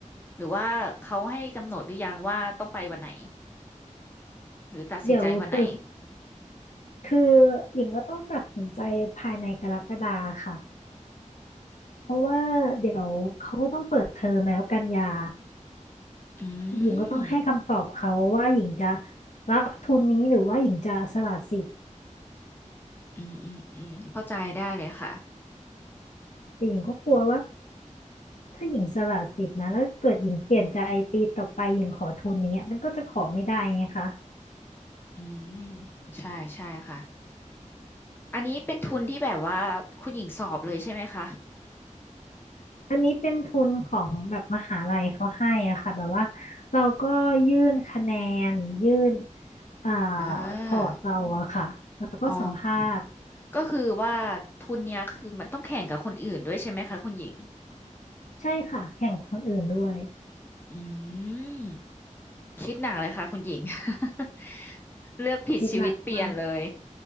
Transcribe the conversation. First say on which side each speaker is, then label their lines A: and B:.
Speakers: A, on the left (about 15°); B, on the left (about 70°).
A: หรือว่าเขาให้กำหนดหรือยังว่าต้องไปวันไหนหรือตัดสินใจวันไหน
B: เดี๋ยวเปิดคือหญิงก็ต้องตัดสินใจภายในกรกฎาค่ะเพราะว่าเดี๋ยวเขาก็ต้องเปิดเทอมแล้วกันยา
A: อื
B: หญิงก็ต้องให้คำตอบเขาว่าหญิงจะ
A: ม
B: รับทุนนี้หรือว่าหญิงจะสละสิทธิ์
A: อืมอืมอืมเข้าใจได้เลยค่ะ
B: แต่หญิงก็กลัวว่าถ้าหญิงสละสิทธิ์นะแล้วเกิดหญิงเปลี่ยนใจปีต่อไปหญิงขอทุนนี้ยมันก็จะขอไม่ได้ไงคะ
A: อืมใช่ใช่ค่ะอันนี้เป็นทุนที่แบบว่าคุณหญิงสอบเลยใช่ไหมคะ
B: อันนี้เป็นทุนของแบบมหาลัยเขาให้อะค่ะแบบว่าเราก็ยื่นคะแนนยื่นเอ่อ
A: อ่า
B: พอร์ตเราอะค่ะแล้วก็สัมภาษณ์
A: ออกก็คือว่าทุนเนี้ยคือมันต้องแข่งกับคนอื่นด้วยใช่ไหมคะคุณหญิง
B: ใช่ค่ะแข่งกับคนอื่นด้วย
A: อืมคิดหนักเลยค่ะคุณหญิง <laughs> เลือกผิดชีวิตเปลี่ยนเลย
B: คิดหนักมาก